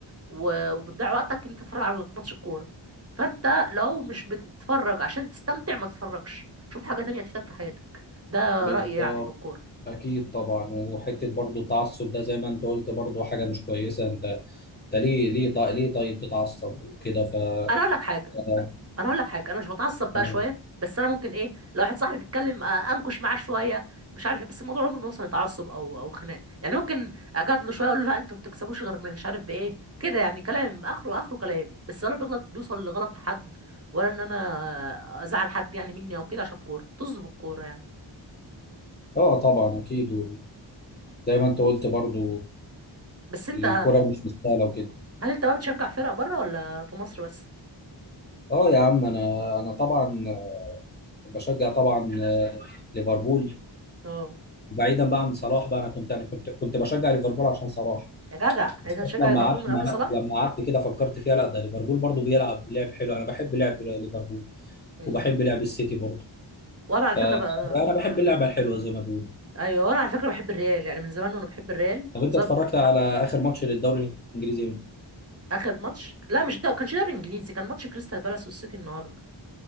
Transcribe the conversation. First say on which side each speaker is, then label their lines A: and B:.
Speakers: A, on the right (about 30°); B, on the left (about 20°).
A: و- وبتضيع وقتك ان انت تتفرج على ماتش الكوره فانت لو مش بتتفرج عشان تستمتع ما تتفرجش شوف حاجه تانية تفيدك في حياتك ده
B: بالظبط
A: رايي يعني في الكوره
B: اكيد طبعا وحته برضو التعصب ده زي ما انت قلت برضو حاجه مش كويسه انت انت ليه ليه طيب ليه طيب تتعصب وكده ف
A: انا اقول لك حاجه
B: <laughs>
A: انا اقول لك حاجه انا مش بتعصب بقى
B: تمام.
A: شويه بس انا ممكن ايه لو واحد صاحبي بيتكلم آه، انكش معاه شويه مش عارف إيه، بس الموضوع عمره ما يوصل لتعصب او او خناق يعني ممكن اجادله شويه اقول له لا انتوا ما بتكسبوش غير من مش عارف بايه كده يعني كلام اخره اخره كلام بس ولا بيغلط بيوصل لغلط في حد ولا ان انا آه، ازعل حد يعني مني او كده عشان الكوره طز في الكوره يعني
B: اه طبعا اكيد وزي ما انت قلت برضو
A: بس انت
B: الكرة مش مستاهله وكده
A: هل انت بقى بتشجع فرق بره ولا في مصر بس
B: اه يا عم انا انا طبعا بشجع طبعا آه، ليفربول
A: اه
B: بعيدا بقى عن صلاح بقى انا كنت انا كنت كنت بشجع ليفربول عشان صلاح
A: يا جدع يعني
B: بس
A: انت بتشجع
B: لما
A: ليفربول
B: قعدت
A: من قبل صلاح
B: لما قعدت كده فكرت فيها لا ده ليفربول برضو بيلعب لعب حلو انا بحب لعب ليفربول
A: مم.
B: وبحب لعب السيتي برضو
A: وانا على
B: فانا
A: فكره بقى
B: بحب اللعبه الحلوه زي ما بقول
A: ايوه انا على فكره بحب الريال يعني من زمان وانا بحب الريال
B: طب انت
A: بسبب
B: اتفرجت على اخر ماتش للدوري الانجليزي امتى
A: اخر ماتش لا مش ده كانش دوري انجليزي كان ماتش كريستال بالاس والسيتي النهارده